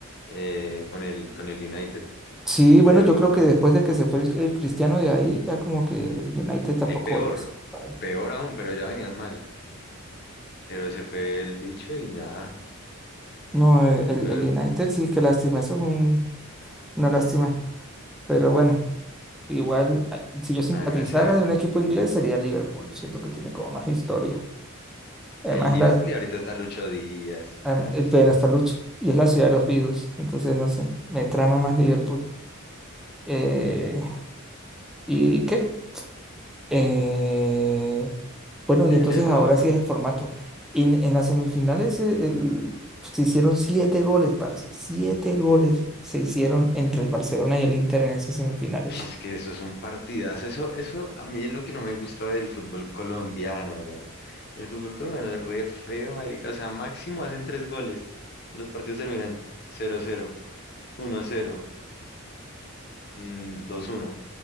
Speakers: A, on the left; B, in the centre.
A: eh, con el, con el United.
B: Sí, bueno,
A: pero
B: yo creo que después de que se fue el, el Cristiano de ahí, ya como que el United tampoco
A: hay peor,
B: volvió. a ser igual.
A: peor aún, pero ya venían mal. Pero se fue el bicho y ya
B: No, eh,
A: empeoró,
B: el, el United sí, qué lástima, eso es un- una lástima. Pero bueno, igual, ay, si yo simpatizara
A: nada que hacer.
B: de un equipo inglés sería el Liverpool, siento que tiene como más historia. Además,
A: El Liverpool
B: la-
A: y ahorita está Lucho Díaz y
B: am-
A: tal.
B: eh, ven hasta Lucho y es la ciudad de los Beatles, entonces no sé, me trama más Liverpool. Eh, ¿y qué? Eh, bueno,
A: Sí,
B: y
A: el
B: entonces
A: Liverpool
B: ahora
A: es bacano.
B: sí es el formato. En, en las semifinales eh, el- se hicieron siete goles, parce, siete goles se hicieron entre el Barcelona y el Inter en esas semifinales.
A: Ush, Es que eso es un partidazo, eso, eso a mí es lo que no me gusta del fútbol colombiano, weón. El fútbol colombiano es re feo, marica, o sea, máximo hacen tres goles. Los partidos terminan cero cero uno 0 mm, dos uno